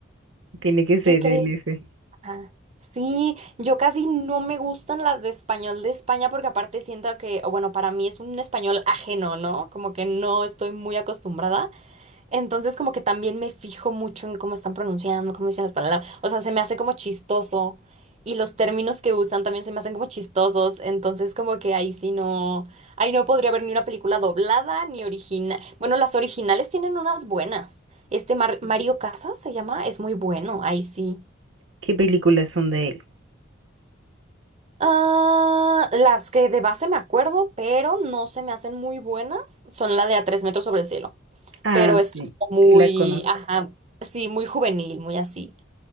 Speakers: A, on the right; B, on the right.
A: Tiene que ser
B: ¿Qué crees?
A: en ese.
B: Ajá. Sí, yo casi no me gustan las de español de España porque aparte siento que, o bueno, para mí es un español ajeno, ¿no? Como que no estoy muy acostumbrada. Entonces como que también me fijo mucho en cómo están pronunciando, cómo dicen las palabras. O sea, se me hace como chistoso. Y los términos que usan también se me hacen como chistosos. Entonces como que ahí sí no... Ahí no podría haber ni una película doblada ni original. Bueno, las originales tienen unas buenas. Este Mar- Mario Casas se llama, es muy bueno, ahí sí.
A: ¿Qué películas son de él?
B: Ah, las que de base me acuerdo, pero no se me hacen muy buenas, son la de A tres metros sobre el cielo.
A: Ah,
B: Pero es
A: sí,
B: como
A: sí
B: muy,
A: la conozco.
B: ajá, sí, muy juvenil, muy así.